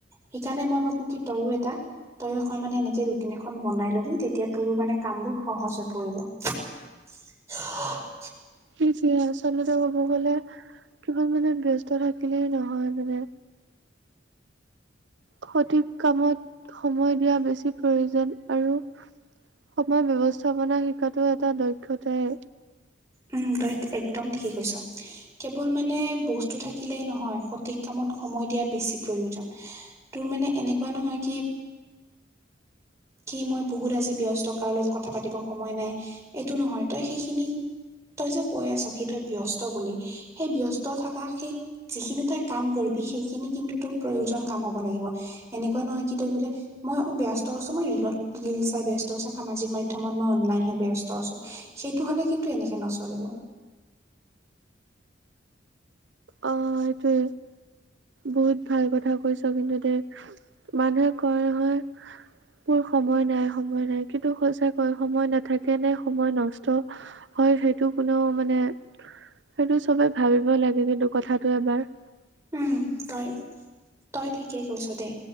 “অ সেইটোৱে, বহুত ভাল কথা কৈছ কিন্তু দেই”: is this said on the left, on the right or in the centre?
Right